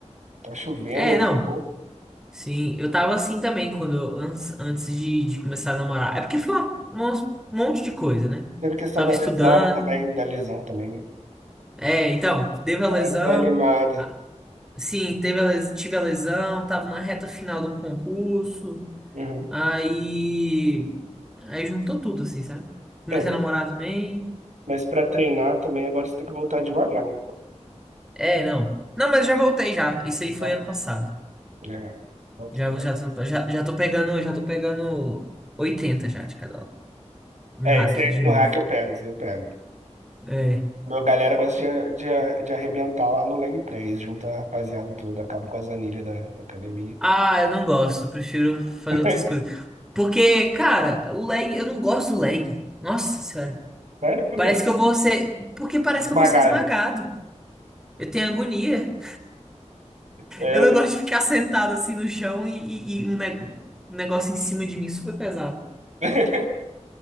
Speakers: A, on the right; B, in the centre.
A: Tá chovendo,
B: É,
A: eu
B: não.
A: vou.
B: Sim, eu tava assim também quando eu- antes, antes de, de começar a namorar. É porque foi uma- um monte de coisa, né?
A: Teve questão
B: Tava
A: da
B: estudando.
A: lesão também, da lesão também, né?
B: É, então, teve a
A: Tá
B: lesão.
A: desanimada.
B: Ah, Sim, teve a les- tive a lesão, tava na reta final do concurso.
A: Uhum.
B: Aí, aí juntou tudo assim, sabe? Comecei
A: É, mas,
B: a namorar também.
A: mas para treinar também agora você tem que voltar devagar, né?
B: É, não. Não, mas já voltei já. Isso aí foi
A: Tá?
B: ano passado.
A: É, volta
B: Já
A: devagar.
B: já tô- já, já tô pegando, já tô pegando 80 já de cada lado no
A: É,
B: hack
A: isso aí
B: de novo.
A: no hack eu pego, isso aí eu pego.
B: É.
A: Meu galera gosta de, de, de arrebentar lá no leg press, junta a rapaziada toda, acaba com as anilhas da, da academia.
B: Ah, eu não gosto, eu prefiro fazer
A: <laughs>
B: outras coisas. Porque, cara, o lag, eu não gosto do lag. Nossa senhora.
A: Sério, por
B: Parece
A: quê?
B: que eu vou ser. Porque parece
A: Esmagado.
B: que eu vou ser esmagado. Eu tenho agonia.
A: É,
B: Eu não
A: né?
B: gosto de ficar sentado assim no chão e, e- e um, ne- um negócio em cima de mim super pesado.
A: <laughs>